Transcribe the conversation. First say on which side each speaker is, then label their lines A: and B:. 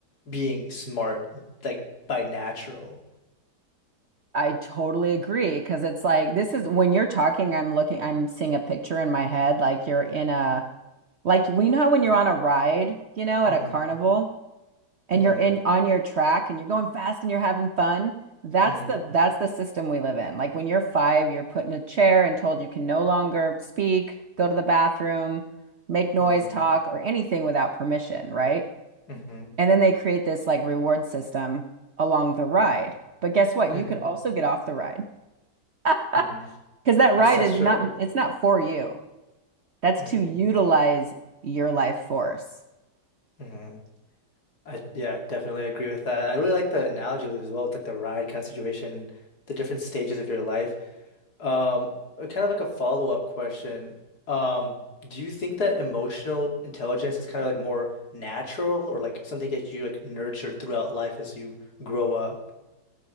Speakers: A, on the left; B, on the right.
A: being smart, like by natural.
B: I totally agree because it's like this is when you're talking, I'm looking, I'm seeing a picture in my head, like you're in a Like, we know how when you're on a ride, you know, at
A: hmm
B: a carnival and
A: hmm
B: you're in on your track and you're going fast and you're having fun. That's
A: hmm
B: the that's the system we live in. Like when you're five, you're put in a chair and told you can no longer speak, go to the bathroom, make noise,
A: hmm
B: talk, or anything without permission, right?
A: hmm
B: And then they create this like reward system along the ride. But guess what?
A: hmm
B: You could also get off the ride. <laughs>
A: hmm
B: Because that ride
A: That's that's
B: is
A: true.
B: not, it's not for you. That's
A: hmm
B: to utilize your life force.
A: hmm I yeah, I definitely agree with that. I really like the analogy as well with like the ride kind of situation and the different stages of your life. Um, uh, kind of like a follow-up question. Um, do you think that emotional intelligence is kind of like more natural or like something that you like nurture throughout life as you grow up?